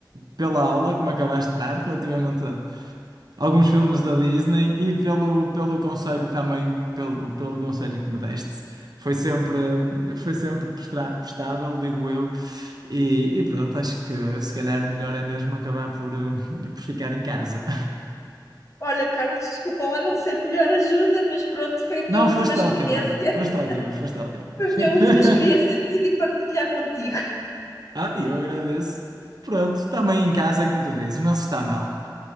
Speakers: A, on the right (about 60°); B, on the left (about 40°).
A: pela aula que me acabaste de dar relativamente a alguns filmes da Disney e pelo, pelo conselho também, pelo, pelo conselho que me deste. Foi sempre, foi sempre prestra- prestável, digo eu. E, e pronto, acho que se calhar o melhor é mesmo acabar por, eh, por ficar em casa.
B: Olha, Carlos, desculpa lá não ser melhor ajuda, mas pronto, foi a minha
A: Não,
B: última
A: foste
B: experiência.
A: ótima, foste
B: <laughs>
A: ótima, foste ótima. <laughs>
B: Foi a minha última experiência e decidi partilhar contigo.
A: Ah, e eu agradeço. Pronto, também em casa, como tu dizes, não se está mal.